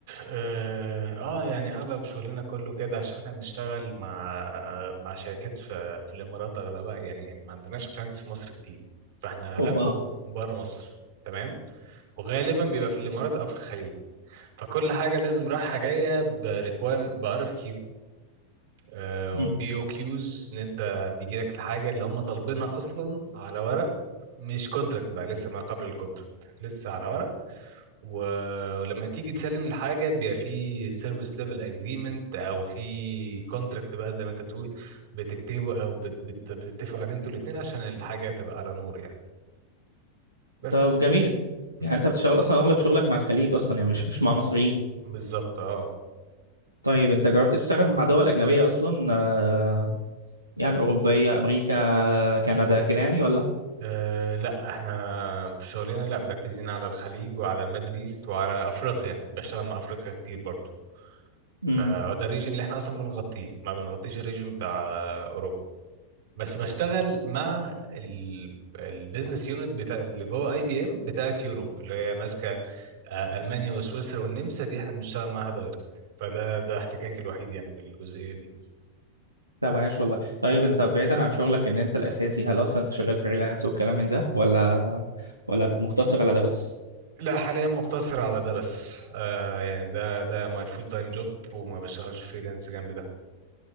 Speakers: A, on the right; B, on the right.
A: اه آه، يعني اغلب شغلنا كله كده عشان احنا بنشتغل مع مع شركات في في الامارات اغلبها يعني ما عندناش كلاينتس في مصر كتير فاحنا اغلبه
B: اوبا
A: بره مصر تمام وغالبا بيبقى في الامارات او في الخليج فكل حاجه لازم رايحه جايه بريكوام بار اف آه،
B: مم.
A: وبي او كيوز ان انت بيجي لك الحاجه اللي هم طالبينها اصلا على ورق مش كونتراكت بقى لسه ما قبل الكونتراكت لسه على ورق و- ولما تيجي تسلم الحاجه بيبقى في سيرفيس ليفل اجريمنت او في كونتراكت بقى زي ما انت بتقول بتكتبه او بت- بت- بتتفقوا عليه انتوا الاثنين عشان الحاجه تبقى على نور يعني بس
B: طب جميل
A: مم.
B: يعني انت بتشتغل اصلا اغلب شغلك مع الخليج اصلا يعني مش مش مع مصريين
A: بالظبط اه
B: طيب انت جربت تشتغل مع دول اجنبيه اصلا آه يعني اوروبيه امريكا كندا كده يعني ولا
A: أه لا احنا في شغلنا لا مركزين على الخليج وعلى الميدل ايست وعلى افريقيا بشتغل مع افريقيا كتير برضه
B: امم
A: فده الريجن اللي احنا اصلا بنغطيه ما بنغطيش الريجن بتاع اوروبا بس بشتغل مع ال... البيزنس يونت بتاع اللي جوه اي بي ام بتاعت يوروب اللي هي ماسكه آه، المانيا وسويسرا والنمسا دي احنا بنشتغل معاها دايركت فده ده احتكاكي الوحيد يعني بالجزئيه دي
B: طب عايش والله طيب انت بعيدا عن شغلك ان انت الاساسي هل اصلا انت شغال فريلانس والكلام من ده ولا ولا مقتصر على ده بس
A: لا حاليا مقتصر على ده بس آه يعني ده ده ماي فول تايم جوب وما بشتغلش فريلانس جنب ده